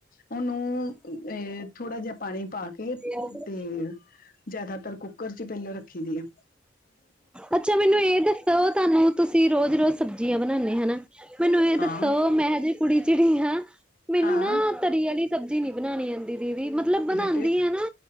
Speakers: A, on the left (about 50°); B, in the centre.
A: ਉਹਨੂੰ ਅ ਥੋੜਾ ਜਿਹਾ ਪਾਣੀ ਪਾ ਕੇ ਹੂੰ,
B: ਹਾਂਜੀ
A: ਜਿਆਦਾਤਰ ਕੁੱਕਰ ਚ ਪਹਿਲਾਂ ਰੱਖੀ ਦੀ ਐ।
B: ਅੱਛਾ, ਮੈਨੂੰ ਇਹ ਦੱਸੋ ਤੁਹਾਨੂੰ ਤੁਸੀਂ ਰੋਜ਼ ਰੋਜ਼ ਸਬਜ਼ੀ ਘਿਆ ਬਨਾਨੇ ਹਨਾ, ਮੈਨੂੰ ਇਹ ਦੱਸੋ
A: ਹਾਂ
B: ਮੈਂ ਹਜੇ ਕੁੜੀ ਚਿੜੀ ਹਾਂ। ਮੈਨੂੰ
A: ਹਾਂ
B: ਨਾ ਤਰੀ ਆਲੀ ਸਬਜ਼ੀ ਨੀ ਬਨਾਣੀ ਆਂਦੀ। ਵੀ ਮਤਲਬ ਬਨਾਂਦੀ
A: ਬੇਟੇ
B: ਆਂ ਨਾ